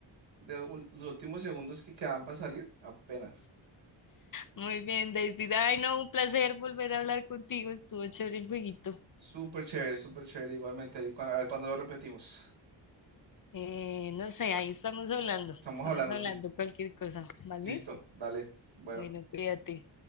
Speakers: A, on the right (about 70°); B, on the left (about 45°).
A: de ul- los últimos segundos que quedaban para salir, apenas.
B: Muy bien, David. Ay, no, un placer volver a hablar contigo, estuvo chévere el jueguito.
A: Súper chévere, súper chévere igualmente. Ahí cua- A ver cuándo lo repetimos.
B: Eh, no sé, ahí estamos hablando,
A: Estamos
B: estamos
A: hablando,
B: hablando
A: sí.
B: cualquier cosa, ¿vale?
A: Listo, dale. Bueno.
B: Bueno, cuídate.